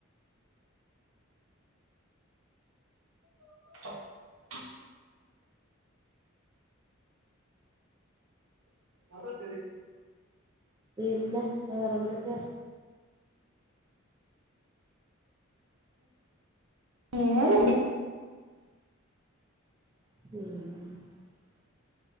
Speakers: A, on the right; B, on the right.
A: <unintelligible> <unintelligible>
B: പിന്നെ വേറെന്തക്കയാ
A: വേറെ
B: <unintelligible>